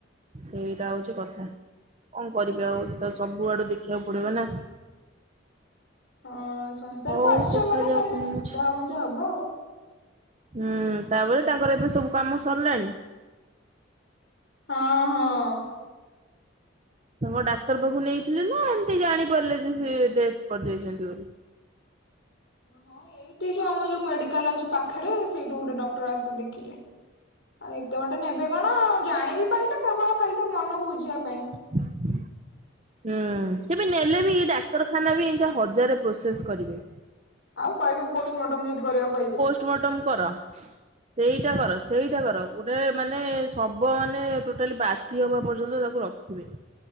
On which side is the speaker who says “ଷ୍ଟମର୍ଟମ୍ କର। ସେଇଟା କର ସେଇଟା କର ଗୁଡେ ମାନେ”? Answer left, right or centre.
Right